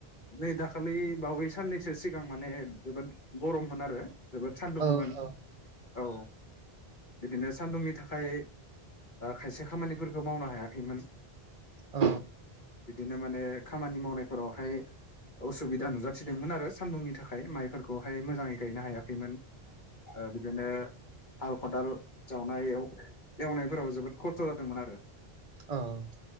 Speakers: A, on the left; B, on the right.
A: नै दाखालि बावै साननैसो सिगां माने जोबोद गरममोन आरो जोबोद सान्दुंमोन
B: औ औ
A: औ बिदिनो सान्दुंनि थाखाय खायसे खामानिफोरखौ मावनो हायाखैमोन
B: औ
A: बिदिनो माने खामानि मावनायफोरावहाय असुबिदा नुजाथिदोंमोन आरो सान्दुंनि थाखाय माइफोरखौहाय मोजाङै गायनो हायाखैमोन ओ बिदिनो हाल खदाल जावनाय एवनायफोराव जोबोद खस्थ' जादोंमोन आरो
B: औ